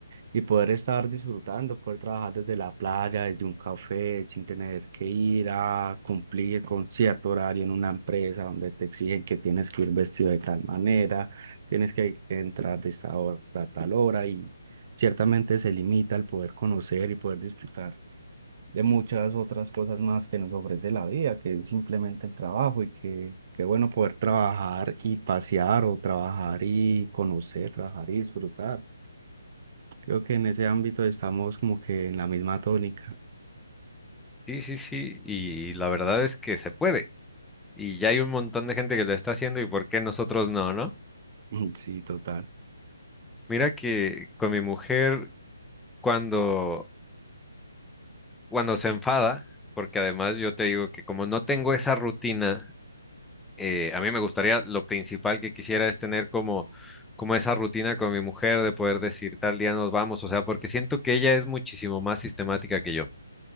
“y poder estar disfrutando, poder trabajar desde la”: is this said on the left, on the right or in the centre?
Right